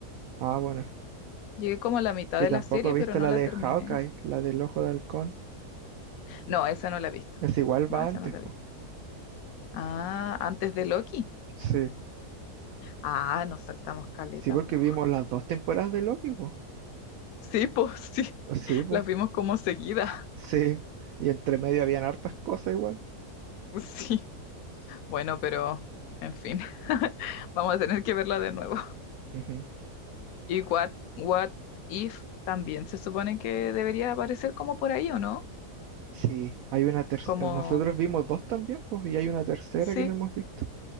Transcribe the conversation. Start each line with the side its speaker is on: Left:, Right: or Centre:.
Right: Ah, bueno,
Left: Llegué como a la mitad
Right: Y
Left: de
Right: tampoco
Left: la serie,
Right: viste
Left: pero no
Right: la
Left: la
Right: de
Left: terminé.
Right: Hawkeye, la del Ojo de Halcón.
Left: No, esa no la he visto.
Right: Es igual
Left: No,
Right: va
Left: esa
Right: antes,
Left: no la
Right: po.
Left: he visto. Ah, antes de Loki.
Right: Sí.
Left: Ah, nos saltamos caleta,
Right: Sí, porque
Left: po.
Right: vimos las dos temporadas de Loki, po.
Left: Sí, pues sí.
Right: Sí,
Left: <laughs>
Right: po.
Left: Las vimos como seguida.
Right: Sí.
Left: <laughs>
Right: Y entre medio habían hartas cosas igual.
Left: Sí. Bueno, pero en fin. <laughs> Vamos a tener que verla de nuevo. <laughs>
Right: Ujú.
Left: Y What, What If también se supone que debería aparecer como por ahí, ¿o no?
Right: Sí, hay una tercera.
Left: Como,
Right: Nosotros vimos dos también, pues, y hay una tercera
Left: sí.
Right: que no hemos visto.